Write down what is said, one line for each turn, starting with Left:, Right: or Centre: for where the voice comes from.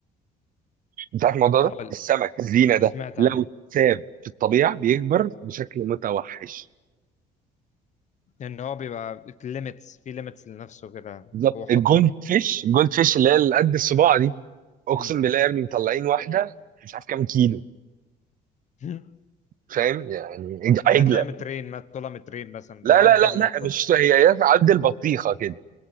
Right: انت عارف الموضوع
Left: اه
Right: ده السمك الزينه ده
Left: سمعت
Right: لو
Left: عنه
Right: اتساب في الطبيعه بيكبر بشكل متوحش
Left: لأن هو بيبقى ليميتس في ليميتس لنفسه كده
Right: بالظبط
Left: هو حطها
Right: الجولد فيش الجولد فيش اللي هي اللي قد الصباع دي اقسم
Left: مم.
Right: بالله يا ابني مطلعين واحده مش عارف كام كيلو
Left: <laughs>
Right: فاهم يعني عجله
Left: ده هتلاقيها مترين ما- طولها مترين مثلا
Right: لا
Left: لا
Right: لا
Left: أكبر
Right: لا
Left: من
Right: لا
Left: الحب
Right: مش هي هي قد البطيخه كده